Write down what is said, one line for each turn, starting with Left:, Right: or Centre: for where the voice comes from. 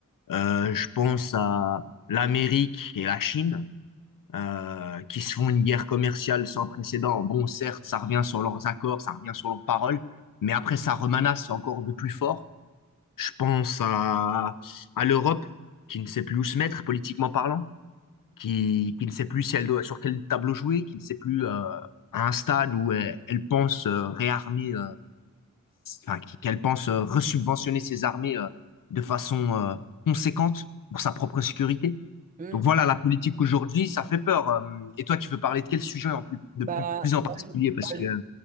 Left: Euh, je pense à l'Amérique et la Chine euh, qui se font une guerre commerciale sans précédent. Bon, certes, ça revient sur leurs accords, ça revient sur leurs paroles, mais après, ça remanasse encore de plus fort. Je pense à, à l'Europe, qui ne sait plus où se mettre politiquement parlant, qui, qui ne sait plus si elle doit, sur quel tableau jouer, qui ne sait plus euh, à un stade où elle, elle pense euh, réarmer euh, enfin, qu'elle pense euh, resubventionner ses armées euh, de façon euh, conséquente pour sa propre sécurité.
Right: Hmm.
Left: Donc voilà, la politique aujourd'hui, ça fait peur. Euh, Et toi, tu veux parler de quel sujet en plus, de
Right: Bah,
Left: plus, plus en particulier? Parce
Right: bah,
Left: que euh,